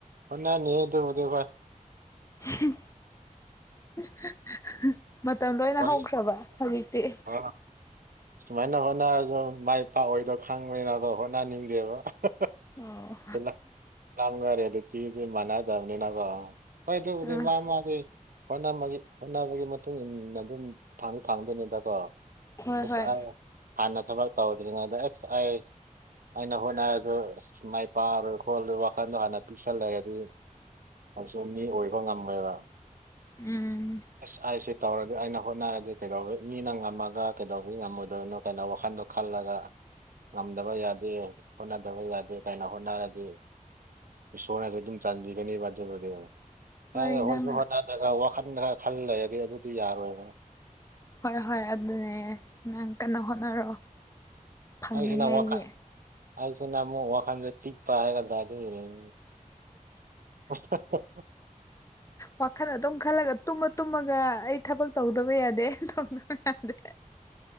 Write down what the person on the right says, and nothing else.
ꯍꯣꯠꯅꯅꯤ ꯑꯗꯨꯕꯨꯗꯤ ꯍꯣꯌ
ꯍꯣꯏ
ꯑ ꯁꯨꯃꯥꯏꯅ ꯍꯣꯠꯅꯔꯖꯨ ꯃꯥꯏ ꯄꯥꯛꯑꯣꯏꯗꯣ ꯈꯪꯕꯅꯤꯅꯕ ꯀꯣ ꯍꯣꯠꯅꯍꯅꯤꯡꯗꯦꯕ ꯑꯍꯥꯍꯥ
ꯁꯤꯅ ꯂꯥꯝ ꯒꯔꯦ ꯑꯗꯨ ꯇꯤꯗꯤ ꯃꯥꯟꯅꯗꯕꯅꯤꯅꯀꯣ ꯍꯣꯏꯗꯕꯨꯗꯤ
ꯃꯥ ꯃꯥꯒꯤ ꯍꯣꯠꯅꯕꯒꯤ ꯍꯣꯠꯅꯕꯒꯤ ꯃꯇꯨꯡ ꯏꯟꯅ ꯑꯗꯨꯝ ꯐꯪꯗꯤ ꯐꯪꯗꯣꯏꯅꯤꯗꯀꯣ
ꯏꯁ
ꯑꯥꯏ ꯍꯥꯟꯅ ꯊꯕꯛ ꯇꯧꯗ꯭ꯔꯤꯉꯩꯗ ꯑꯁ ꯑꯩ ꯑꯩꯅ ꯍꯣꯠꯅꯔꯁꯨ ꯑꯁ ꯗꯨꯃꯥꯏ ꯄꯥꯔꯣꯏ ꯈꯣꯠꯂꯣꯏ ꯋꯥꯈꯜꯗꯣ ꯍꯥꯟꯅ ꯄꯤꯛꯁꯜꯂꯛꯑꯦ ꯑꯗꯨꯒꯤ ꯑꯆꯣꯟꯗꯤ ꯑꯣꯏꯕ ꯉꯝꯃꯣꯏꯑꯥꯕ꯫
ꯑꯁ ꯑꯩꯁꯦ ꯇꯧꯔꯗꯤ ꯑꯩꯅ ꯍꯣꯠꯅꯔꯗꯤ ꯀꯩꯗꯧꯕ ꯃꯤꯅ ꯉꯝꯃꯒ ꯀꯩꯗꯧꯕꯒꯤ ꯉꯝꯃꯣꯏꯗꯣꯏꯅꯣ ꯀꯩꯅꯣ ꯋꯥꯈꯟꯗꯣ ꯈꯜꯂꯒ ꯉꯝꯗꯕ ꯌꯥꯗꯦ ꯍꯣꯠꯅꯗꯕ ꯌꯥꯗꯦ ꯀꯥꯏꯅ ꯍꯣꯠ ꯅꯔꯗꯤ ꯏꯁꯣꯔꯅꯖꯨ ꯑꯗꯨꯝ ꯆꯥꯟꯕꯤꯒꯅꯦꯕ ꯑꯗꯨꯕꯨꯗꯤ ꯀꯔꯥꯏꯗꯩꯩ
ꯍꯣꯠꯁꯨ ꯍꯣꯠꯅꯗꯔꯒ ꯈꯔ ꯋꯥꯈꯜ ꯈꯔ ꯈꯜ ꯂꯩꯔꯗꯤ ꯑꯗꯨꯗꯤ ꯌꯥꯔꯣꯏꯕ꯫
ꯅꯪꯁꯤꯅ ꯋꯥꯈꯟ ꯑꯩꯥꯁꯤꯅ ꯑꯃꯨꯛ ꯋꯥꯈꯟꯗ ꯆꯤꯛꯄ ꯍꯥꯏꯒꯗꯔꯥ ꯑꯗꯨꯏ ꯑꯣꯏꯔꯗꯤ ꯄꯣꯁ ꯍꯥ ꯍꯥ